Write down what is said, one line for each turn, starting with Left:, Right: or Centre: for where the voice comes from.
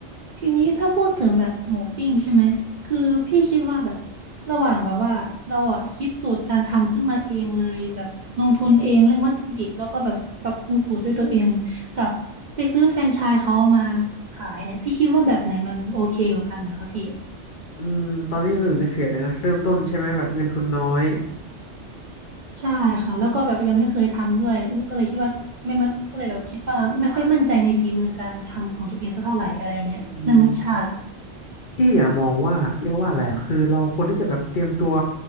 Right: ทีนี้ถ้าพูดถึงแบบหมูปิ้งใช่ไหมคือพี่คิดว่าแบบระหว่างแบบว่าเราอ่ะคิดสูตรการทำขึ้นมาเองเลยแบบลงทุนเองเรื่องวัตถุดิบแล้วก็แบบปรับปรุงสูตรด้วยตัวเองกับไปซื้อแฟรนไชส์เขามาขายเนี่ยพี่คิดว่าแบบไหนมันโอเคกว่ากันเหรอคะพี่
Left: อืมตอนนี้เราอยู่ในเฟสไหนนะเริ่มต้นใช่ไหมแบบเงินทุนน้อย
Right: ใช่ค่ะแล้วก็แบบยังไม่เคยทำด้วยแล้วก็เลยคิดว่าไม่ไม่ก็เลยแบบคิดว่าไม่ค่อยมั่นใจในฝีมือการทำของตัวเองสักเท่าไหร่อะไรเงี้ยเรื่องรสชาติ
Left: อืม พี่อะมองว่าเรียกว่าอะไรอะคือเราควรที่จะแบบเตรียมตัว